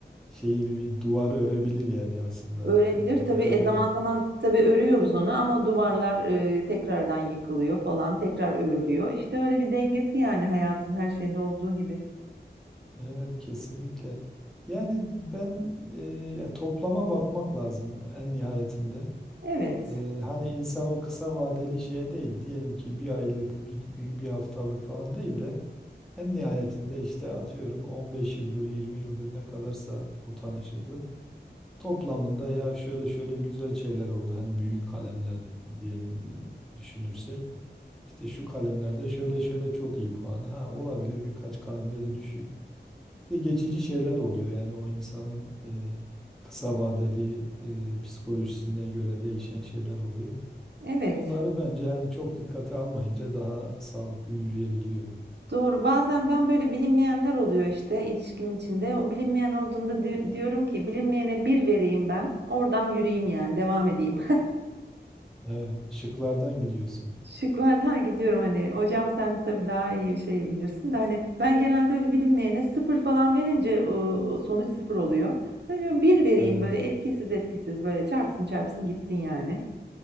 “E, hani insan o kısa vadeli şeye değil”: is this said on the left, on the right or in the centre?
Centre